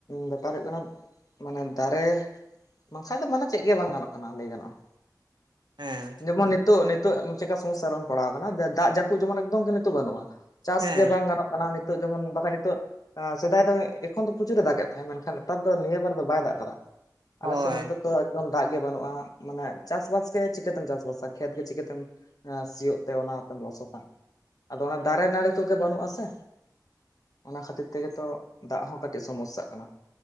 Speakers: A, on the left; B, on the right.
A: ᱵᱮᱯᱟᱨ ᱦᱩᱭᱩᱜ ᱠᱟᱱᱟ ᱢᱟᱱᱮ ᱫᱟᱨᱮ ᱵᱟᱝᱠᱷᱟᱡᱽ ᱫᱚ ᱢᱟᱱᱮ ᱪᱮᱫ ᱜᱮ ᱵᱟᱝ ᱜᱟᱱᱚᱜ ᱠᱟᱱᱟ ᱞᱟᱹᱭ ᱜᱟᱱᱚᱜᱼᱟ
B: ᱦᱮᱸ
A: ᱡᱮᱢᱚᱱ ᱱᱤᱛᱚᱜ ᱱᱤᱛᱚᱜ ᱪᱮᱫᱠᱟ ᱥᱚᱢᱚᱥᱟ ᱨᱮᱢ ᱯᱟᱲᱟᱣ ᱠᱟᱱᱟ ᱫᱟᱜ ᱡᱟᱹᱯᱩ ᱡᱮᱢᱚᱱ ᱮᱠᱫᱚᱢ ᱜᱮ ᱱᱤᱛᱚᱜ ᱵᱟᱹᱱᱩᱜᱼᱟ ᱪᱟᱥ
B: ᱦᱮᱸ
A: ᱜᱮ ᱵᱟᱝ ᱜᱟᱱᱚᱜ, ᱠᱟᱱᱟ ᱱᱤᱛᱚᱜ ᱡᱮᱢᱚᱱ ᱵᱟᱠᱷᱟᱱ ᱱᱤᱛᱚᱜ, ᱥᱮᱫᱟᱭ ᱫᱚ ᱮᱠᱷᱚᱱ ᱫᱚ ᱯᱨᱚᱪᱩᱨᱮ ᱫᱟᱜ ᱮᱫ ᱛᱟᱦᱮᱸᱫ ᱢᱮᱱᱠᱷᱟᱱ ᱱᱮᱛᱟᱨ ᱫᱚ ᱱᱤᱭᱟᱹ ᱵᱟᱨ ᱫᱚ ᱵᱟᱭ ᱫᱟᱜ ᱠᱟᱫᱟ᱾
B: ᱦᱳᱭ
A: ᱟᱞᱮ ᱥᱮᱫ ᱱᱚᱛᱮ, ᱛᱚ ᱮᱠᱫᱚᱢ ᱫᱟᱜ ᱜᱮ ᱵᱟᱹᱱᱩᱜᱼᱟ ᱢᱟᱱᱮ ᱪᱟᱥᱵᱟᱥ ᱜᱮ ᱪᱤᱠᱟᱹᱛᱮᱢ ᱪᱟᱥᱵᱟᱥᱟ ᱠᱷᱮᱛ ᱜᱮ ᱪᱤᱠᱟᱹᱛᱮᱢ ᱥᱤᱭᱳᱜ ᱛᱮ ᱚᱱᱟᱛᱮᱢ ᱞᱚᱥᱚᱫᱟ ᱟᱫᱚ ᱚᱱᱟ ᱫᱟᱨᱮ ᱱᱟᱹᱲᱤ ᱠᱚᱜᱮ ᱵᱟᱹᱱᱩᱜᱼᱟ ᱥᱮ, ᱚᱱᱟ ᱠᱷᱟᱹᱛᱤᱨ ᱛᱮᱜᱮ ᱛᱚ ᱫᱟᱜ ᱦᱚᱸ ᱠᱟᱹᱴᱤᱡ ᱥᱚᱢᱚᱥᱥᱟᱜ ᱠᱟᱱᱟ᱾